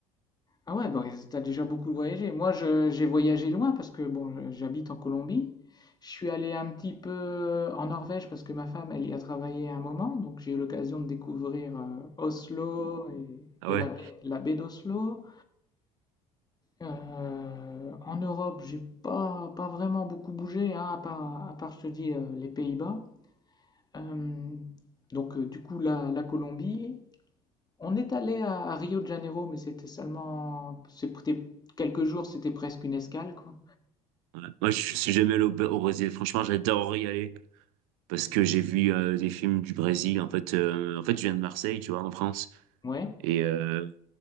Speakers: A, on the left (about 20°); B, on the right (about 70°).
A: Ah ouais, bon, t'as déjà beaucoup voyagé. Moi, je- j'ai voyagé loin parce que bon, je- j'habite en Colombie. Je suis allé un petit peu euh, en Norvège parce que ma femme, elle y a travaillé à un moment, donc j'ai eu l'occasion de découvrir euh, Oslo et,
B: Ah
A: et
B: ouais,
A: la baie, la baie d'Oslo. Euh, en Europe, j'ai pas pas vraiment beaucoup bougé, hein, à part, à part, je te dis, euh, les Pays-Bas. Euh, donc, euh, du coup, la, la Colombie, on est allé à, à Rio de Janeiro, mais c'était seulement, c'était quelques jours, c'était presque une escale, quoi.
B: ouais. Moi, je suis jamais allé au, au Brésil, franchement, j'adore y aller parce que j'ai vu euh, des films du Brésil en fait, euh, en fait, je viens de Marseille, tu vois, en France
A: Ouais.
B: et euh,